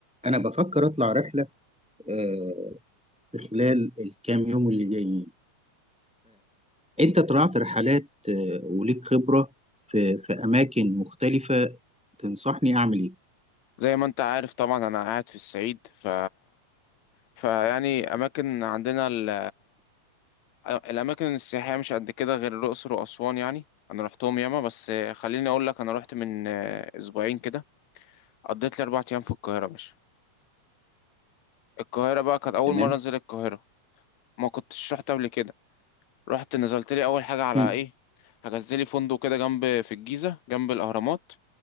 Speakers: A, in the centre; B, on the left (about 70°).
A: أنا بفكر أطلع رحلة آه، في خلال الكام يوم اللي جايين فأنت طلعت رحلات آه، وليك خبرة في في أماكن مختلفة تنصحني أعمل إيه
B: زي ما انت عارف طبعا انا قاعد في الصعيد ف فيعني اماكن عندنا ال... الاماكن السياحيه مش قد كده غير الاقصر واسوان يعني انا رحتهم ياما بس خليني اقول لك انا رحت من آه، اسبوعين كده قضيت لي اربع ايام في القاهره مش القاهره بقى كانت اول
A: تمام؟
B: مره انزل القاهره ما كنتش رحت قبل كده رحت نزلت لي اول حاجه على
A: مم.
B: ايه حجزت لي فندق كده جنب في الجيزه جنب الاهرامات